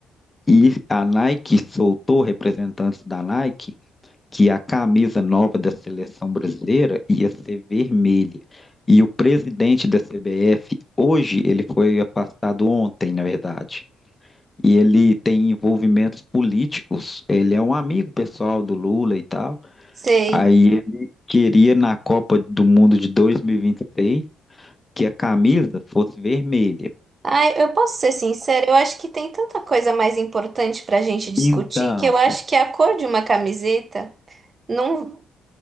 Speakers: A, on the left; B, on the right.
A: E a Nike soltou representantes da Nike que a camisa nova da seleção brasileira ia ser vermelha. E o presidente da CBF, hoje, ele foi afastado ontem, na verdade. E ele tem envolvimentos políticos, ele é um amigo pessoal do Lula e tal.
B: Sei.
A: Aí ele queria na Copa do Mundo de 2026 que a camisa fosse vermelha.
B: Ai, eu posso ser sincera, eu acho que tem tanta coisa mais importante para a gente discutir
A: Então,
B: que eu acho que a cor de uma camiseta. Não,